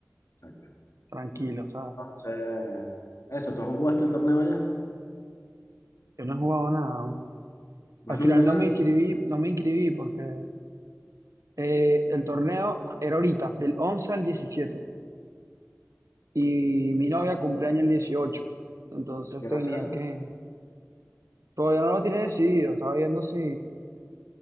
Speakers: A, on the left; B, on the right.
A: Exacto.
B: tranquilo, o sea
A: Entonces, eso, ¿tú jugaste el torneo allá?
B: Yo no he jugado nada aún.
A: No
B: Al
A: es
B: final
A: nunca nada,
B: no me
A: ¿no?
B: inscribí, no me inscribí porque eh, el torneo era ahorita, del once al diecisiete Y mi novia cumpleaños el dieciocho Entonces
A: ¿Qué
B: tenía
A: va a ser?
B: que... Todavía no lo tiene decidido. Estaba viendo si,